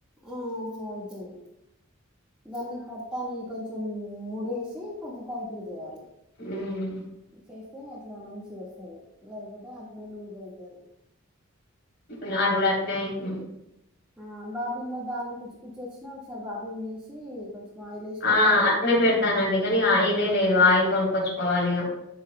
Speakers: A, in the centre; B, on the left.
A: ఆ అట్లా అవుతుంది దాన్ని పడ్తానే, కొంచెం మూడేసి కొంచెం టైట్గా జేయాలి.
B: ఉమ్,
A: చేస్తే అట్లా మంచిగా వసది, లేకపోతే అట్నే లూజ్ ఐతది.
B: నాది గుడా అట్నే అయితుంది.
A: ఆ బాబీన్ లో దారం కుచ్ కుచ్చి వచ్చినా, ఒకసారి బాబీన్ దీసి కొంచెం ఆయిల్ వేసి పెట్టాలి
B: ఆ అట్నే పెడతానండి. కానీ ఆయిలే లేదు ఆయిల్ కొనుక్కొచ్చుకోవాలి ఇగా.